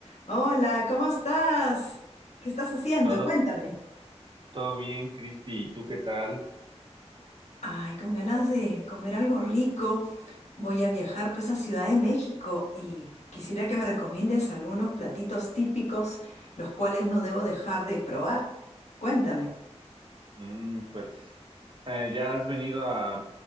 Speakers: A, on the left (about 75°); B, on the right (about 45°).
A: Hola, ¿cómo estás? ¿Qué estás haciendo?
B: Todo,
A: Cuéntame.
B: todo bien, Cristi. ¿Y tú qué tal?
A: Ay, con ganas de comer algo rico. Voy a viajar pues a Ciudad de México y quisiera que me recomiendes algunos platitos típicos, los cuales no debo dejar de probar. Cuéntame.
B: Mm, pues, eh, ¿ya has venido a,